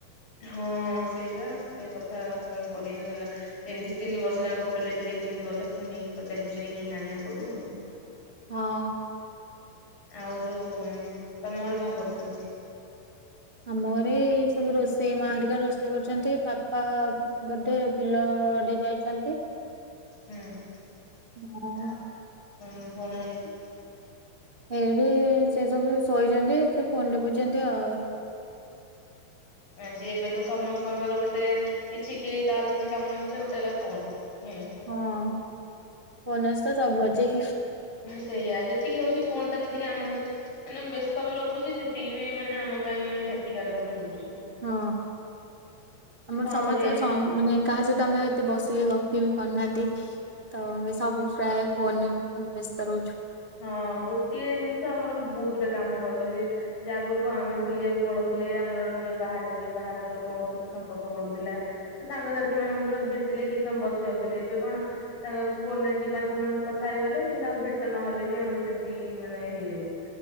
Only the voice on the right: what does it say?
ହଁ।
ଆମ ଘରେ ଏ ସବୁ ରୋଷେଇ ମା ହେରିକା ରୋଷେଇ କରୁଛନ୍ତି ବାପା ବୋଧେ ବିଲ ଆଡେ ଯାଇଛନ୍ତି।
ମୁଁ
ଏଇଠି ସେ ସବୁ ଶୋଇଛନ୍ତି କି ଫୋନ ରେ ଟିପୁଛନ୍ତି ଆଉ।
ହଁ। ଫୋନ ଅଛି ତ ସବୁ ଅଛି।
ହଁ ଆମର
ସମସ୍ତେ
ସ ମାନେ କାହା ସହିତ ଆମେ ଏତେ ବସିକି ଗପ ବି ପାରୁନାହାନ୍ତି। ତ ସବୁ ପ୍ରାୟ ଫୋନରେ ବ୍ୟସ୍ତ ରହୁଛୁ।